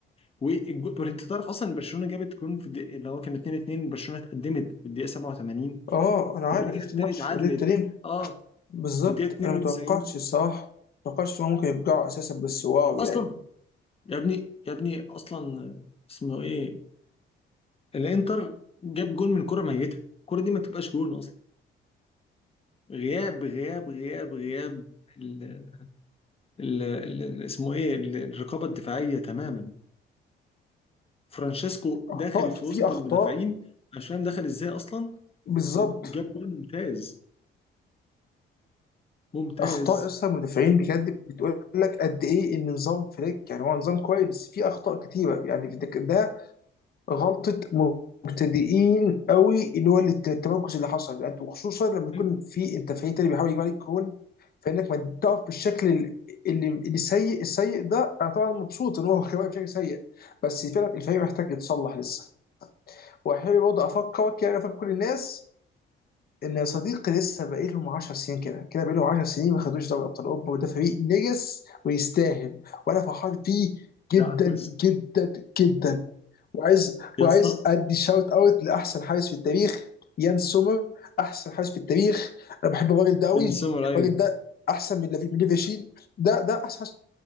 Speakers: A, on the left; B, on the left.
A: والجو- انت تعرف اصلا برشلونه جابت جون في الدقيقه اللي هو كان 2-2 برشلونه اتقدمت في الدقيقه 87
B: اه انا عارف
A: ورجعت
B: انا شفت الماتش
A: تاني اتعادلت
B: وليه التانيين
A: اه
B: بالظبط
A: في الدقيقه 92
B: انا متوقعتش الصراحه متوقعتش ان هم ممكن يرجعوا اساسا بس واو
A: اصلا
B: يعني
A: يا ابني يا ابني اصلا اسمه ايه الانتر جاب جون من كرة ميتة الكرة دي ما تبقاش جون اصلا غياب غياب غياب غياب ال ال ال ال- اسمه ايه ال- الرقابة الدفاعية تماما فرانشيسكو
B: اخطاء
A: داخل
B: في
A: في
B: في
A: وسط
B: اخطاء
A: المدافعين مش فاهم دخل ازاي اصلا
B: بالظبط
A: و- وجاب جون ممتاز ممتاز
B: اخطاء اصلا المدافعين بجد بتقول لك قد ايه ان نظام فليك يعني هو نظام كويس بس في اخطاء كتيره يعني ده غلطة مبتدئين قوي اللي هو الت- التمركز اللي حصل يعني انت وخصوصا لما يكون
A: أيوة.
B: في انت فريق تاني بيحاول يجيب عليك جون فانك ما تقف بالشكل ال- اللي اللي سيء السيء ده انا طبعا مبسوط ان هو كمان بشكل سيء بس فعلا الفريق محتاج يتصلح لسه واحب برضه افكرك يعني افكر كل الناس ان يا صديقي لسه باقي لهم 10 سنين كده كده باقي لهم 10 سنين ما خدوش دوري ابطال اوروبا وده فريق نجس ويستاهل وانا فرحان فيه جدا
A: يا عم
B: جدا جدا وعايز
A: يا
B: وعايز
A: اسطى
B: ادي شاوت اوت لاحسن حارس في التاريخ يان سومر احسن حارس في التاريخ انا بحب الراجل ده قوي
A: بن سمر ايوه
B: الراجل ده احسن من لافي- من ليفاشيل ده ده احسن حارس